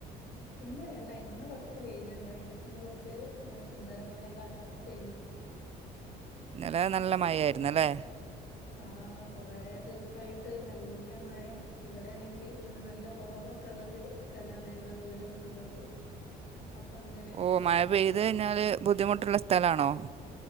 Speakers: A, on the left (about 65°); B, on the right (about 35°).
A: ഇന്ന് അല്ല ഇന്ന് കൊറച്ച് വെയിലുണ്ടായിന്നു ഇന്ന് കൊറച്ച് സുന്ദരമായ കാലാവസ്ഥേനു
B: ഇന്നലെ നല്ല മഴ ആയിര്ന്നല്ലേ
A: ആഹ് കൊറേ ദിവസായിട്ട് നല്ല മഴേ ഇവിടെയാണെങ്കില് ഇങ്ങനെ നല്ല ഒറവ് ഒക്കെ ഉള്ളൊരു സ്ഥലാണ് ഞങ്ങളെ വീട് നിക്കണോടുത്തെയ് അപ്പങ്ങനെ
B: ഓഹ് മഴ പെയ്ത് കഴിഞ്ഞാല് ബുദ്ധിമുട്ടുള്ള സ്ഥലാണോ